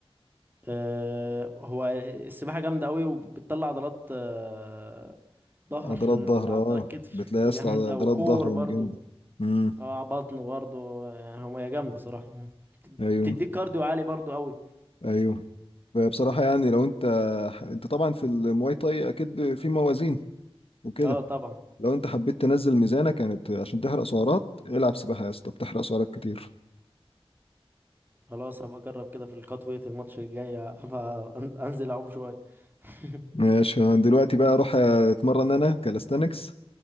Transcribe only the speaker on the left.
عضلات
ظهر اه
بتلاقي يا
اسطى عضلات
ظهرهم
جامده امم
ايوه
ايوه فبصراحه يعني لو انت انت طبعا في المواي تاي اكيد في موازين وكده
لو انت حبيت تنزل ميزانك يعني ت- عشان تحرق سعرات العب سباحة يا اسطى بتحرق سعرات كتير
ماشي أنا دلوقتي بقى اروح اتمرن انا كالستانكس